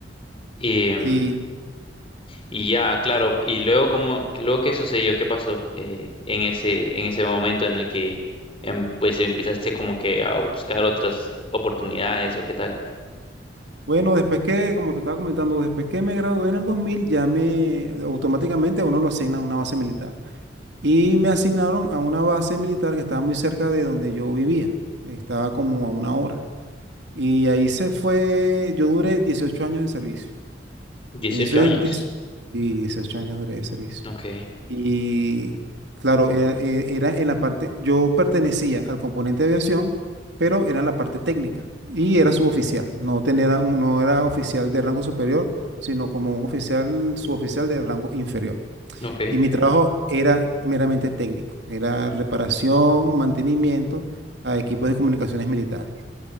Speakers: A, on the left; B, on the right.
A: Y, mm,
B: sí
A: y ya, claro, y luego cómo, luego qué sucedió, qué pasó eh, en ese, en ese momento en el que em, pues empezaste como que a buscar otras oportunidades o qué tal.
B: Bueno, después que, como te estaba comentando, después que me gradué en el 2000, ya me automáticamente uno lo asigna a una base militar. Y me asignaron a una base militar que estaba muy cerca de donde yo vivía. Estaba como a una hora. Y ahí se fue, yo duré 18 años de servicio.
A: 18
B: En esos
A: años.
B: 10 y 18 años duré de servicio.
A: Ok,
B: Y claro, era, e- era en la parte, yo pertenecía al componente de aviación, pero era en la parte técnica y era suboficial. No tenía un- no era oficial de rango superior, sino como un oficial, suboficial de rango inferior.
A: ok.
B: Y mi trabajo era meramente técnico, era reparación, mantenimiento a equipos de comunicaciones militares.